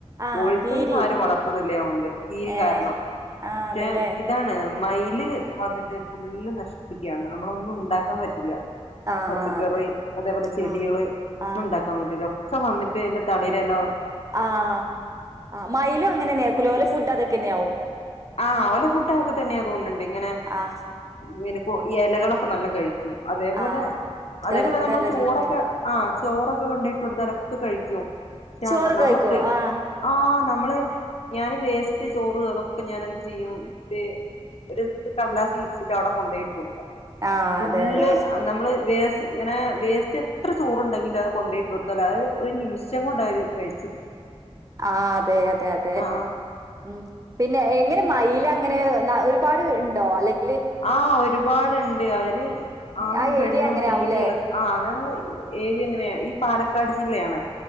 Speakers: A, on the right; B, on the left.
A: ആഹ്
B: കോഴിക്കള്
A: കീരി
B: ഇന്നാരും വളർത്തുന്നില്ല അതുകൊണ്ട് കീരി
A: ഏഹ്
B: കാരണം
A: ആഹ്
B: പക്ഷെ
A: അതല്ലേ
B: ഇതാണ് മയില് വന്നിട്ട് ഫുള്ള് നശിപ്പിക്കാണ് നമ്മളൊന്നും ഉണ്ടാക്കാൻ പറ്റില്ല.
A: ആഹ്
B: പച്ചക്കറി
A: ആഹ് അതെ.
B: അതേപോലെ ചെടികള്
A: ആഹ്.
B: ഒന്നും
A: ആഹ്
B: ഉണ്ടാക്കാൻ പറ്റൂല്ല. ഒക്കെ വന്നിട്ട് അതിന്റെ തളിരെല
A: ആഹ് ആഹ് മയിലും അങ്ങനെ തന്നെയാ <unintelligible> ഫുഡ് അതൊക്കെ തന്നെയാവും.
B: ആ ഓലെ ഫുഡ് അതൊക്കെ തന്നെയാ തോന്നുന്നുണ്ട്. ഇങ്ങനെ
A: ആഹ്
B: പിന്നെ കോ ഇലകളൊക്കെ നല്ലോണം കഴിക്കും. ക്കും അതേപോലെ
A: ആഹ്
B: അതേപോലെ
A: തെളത്ത
B: നമ്മള്
A: എലകളൊക്കെങ്ങനെ
B: ചോറൊക്കെ ആ ചോറൊക്കെ കൊണ്ടിട്ട് കൊടുത്താലൊക്കെ കഴിക്കും. ക്കാം
A: ചോറൊക്കെ
B: നമ്മളെ
A: കഴിക്കോ?
B: പേ
A: ആഹ്
B: ആ നമ്മള് ഞാന് വേസ്റ്റ് ചോറ് അതൊ ഞാൻ എന്ത് ചെയ്യും ഒരു ഒരു കടലാസ് സ്വീറ്റ്സിട്ട് അവിടെ കൊണ്ടോയിട്ട് കൊടുക്കും.
A: ആഹ്
B: ഫുള്ള്
A: അതെ അതെ.
B: നമ്മള് വേസ് ഇങ്ങനെ വേസ്റ്റ് എത്ര ചോറ്ണ്ടെങ്കിലും അത് കൊണ്ടോയിട്ട് കൊടുത്താല് അത് നിമിഷം കൊണ്ടവര് കഴിച്ച്
A: ആഹ് അതെ അതെ അതെ
B: ആഹ്
A: ഉം പിന്നെ എങ്ങനെ മയിൽ അങ്ങനെ ഒരുപാട് ഉണ്ടോ അല്ലെങ്കി
B: ആ ഒരുപാടുണ്ട് അവര് ആണും
A: ആ
B: പെണ്ണും
A: ഏരിയ അങ്ങനെ
B: പീലിള്ളത്
A: ആവൂല്ലേ
B: ആ ഞങ്ങള് ഏരിയ എങ്ങനെയാണ് ഈ പാലക്കാട് ജില്ലയാണ്